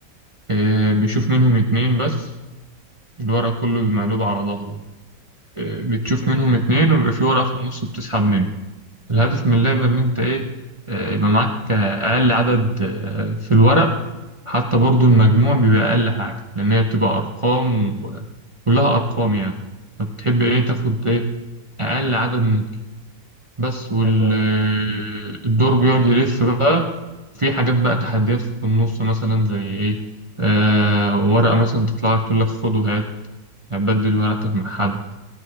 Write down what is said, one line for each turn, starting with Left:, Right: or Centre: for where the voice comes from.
Right: آه، بيشوف منهم اتنين بس الورق كله بمقلوب على ظهره آه، بتشوف
Left: جميل
Right: منهم اتنين ويبقى في ورقة في النص بتسحب منه الهدف من اللعبة إن أنت إيه آه، يبقى معاك آه، أقل عدد آه، في الورق حتى برضو المجموع بيبقى أقل حاجة لأن هي بتبقى أرقام وكلها أرقام يعني فتحب إيه تاخد إيه أقل عدد بس والدور
Left: حلو قوي
Right: بيقعد يلف بقى في حاجات بقى تحديات في النص مثلا زي ايه آه ورقة مثلا تطلع لك تقول لك خد وهات هتبدل ورقتك مع حد